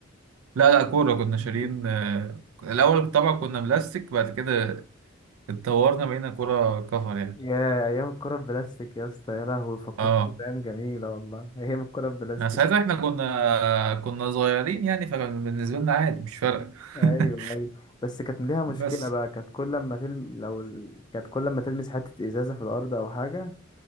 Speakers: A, on the right; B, on the left.
A: لا لا كورة كنا
B: <laughs>
A: شارين آه، الأول طبعا كنا بلاستيك بعد كده اتطورنا بقينا كورة كفر يعني
B: يا ايام الكرة البلاستيك يا اسطى يا لهوي فكرتني
A: اه
B: بايام جميلة والله <laughs> ايام الكرة البلاستيك
A: يعني ساعتها احنا كنا كنا صغيرين يعني فكان بالنسبة لنا عادي مش فارقة
B: ايوه
A: <laughs>
B: ايوه بس كانت ليها مشكلة
A: بس
B: بقى كانت كل ما تلم لو ال... كانت كل ما تلمس حتة ازازة في الارض او حاجة